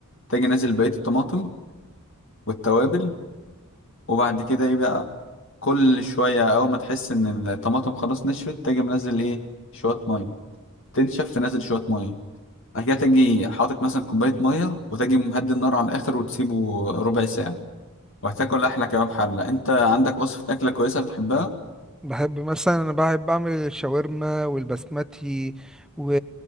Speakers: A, on the left; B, in the centre.
A: تاجي نازل بقية الطماطم والتوابل وبعد كده إيه بقى كل شوية أول ما تحس إن الطماطم خلاص نشفت تاجي منزل إيه شوية مية تنشف تنزل شوية مية بعد كده تاجي حاطط مثلا كوباية مية وتاجي مهدي النار على الآخر وتسيبه ربع ساعة وهتاكل احلى كباب حله انت عندك وصفه اكله كويسه بتحبها
B: بحب مثلا انا بحب اعمل الشاورما والبسمتي و...